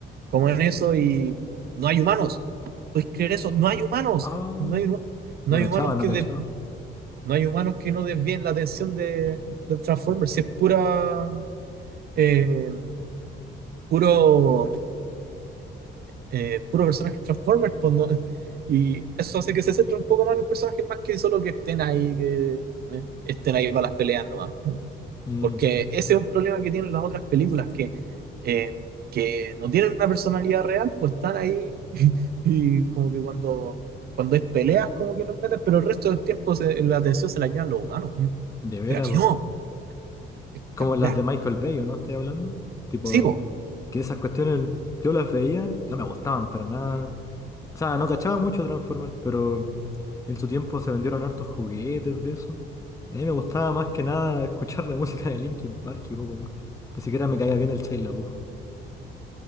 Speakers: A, on the right; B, on the left.
A: como en eso y no hay humanos. ¿Puedes creer eso? No hay humanos.
B: Ah,
A: No hay, huma- no
B: no
A: hay
B: cachaba,
A: humanos
B: no
A: que
B: cachaba.
A: de- no hay humanos que no desvíen la atención de, de Transformers. Si es pura eh, puro eh, puro personajes Transformers, pues, ¿no? <laughs> Y eso hace que se centre un poco más en los personajes, más que solo que estén ahí, que eh, estén ahí para las peleas nomás.
B: Mm,
A: Porque ese es un problema que tienen las otras películas, que, eh, que no tienen una personalidad real, pues están ahí <laughs> y como que cuando, cuando hay peleas, como que los meten, pero el resto del tiempo se- la atención se la llevan los humanos. Mm.
B: de veras,
A: Pero aquí
B: po.
A: no, espectacular.
B: Como las de Michael Bay, ¿o no estoy hablando? Tipo,
A: Sí, po,
B: que esas cuestiones yo las veía, no me gustaban para nada. O sea, no cachaba mucho Transformers, pero en su tiempo se vendieron hartos juguetes de eso. A mí me gustaba más que nada <laughs> escuchar la música de Linkin Park y poco más. Ni siquiera me caía bien el Shia LaBeouf.